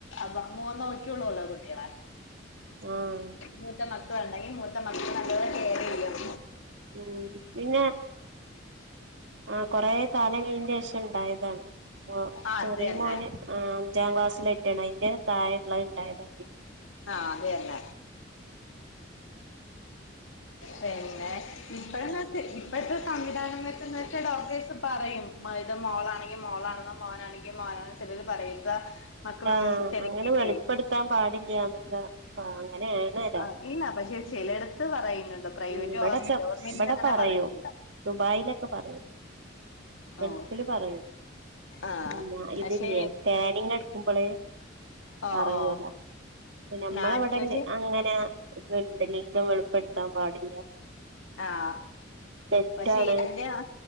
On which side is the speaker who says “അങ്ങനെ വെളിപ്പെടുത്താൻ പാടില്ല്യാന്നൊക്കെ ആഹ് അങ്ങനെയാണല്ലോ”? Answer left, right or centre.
Right